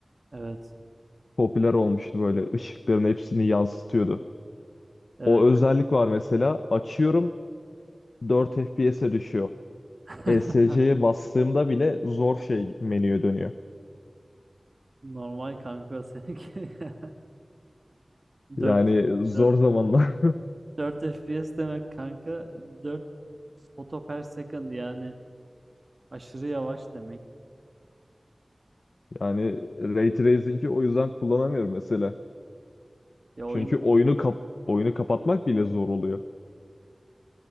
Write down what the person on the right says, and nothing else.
Evet.
Evet.
<laughs>
Normal kanka seninki. <laughs>
4
4
4 FPS demek kanka. 4 foto per second yani aşırı yavaş demek.
Ya
oyunda